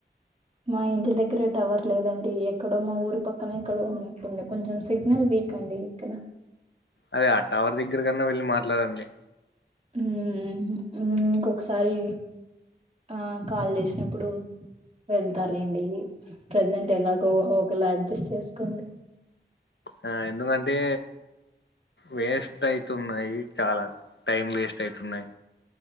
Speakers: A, on the right (about 35°); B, on the left (about 85°).
A: మా ఇంటి దగ్గర టవర్ లేదండి ఎక్కడో మా ఊరు పక్కన ఎక్కడో ఉన్నట్లుంది కొంచెం సిగ్నల్ వీక్ అండి ఇక్కడ
B: అదే ఆ టవర్ దగ్గర కన్నా వెళ్ళి మాట్లాడండి
A: ఉమ్ ఇంకొకసారి ఆ కాల్ చేసినప్పుడు వెళ్తాలేండి ప్రజెంట్ ఎలాగో ఒకలా అడ్జస్ట్ చేసుకోండి
B: ఆ ఎందుకంటే వేస్ట్ అయితున్నాయి చాలా టైం వేస్ట్ అయితున్నాయి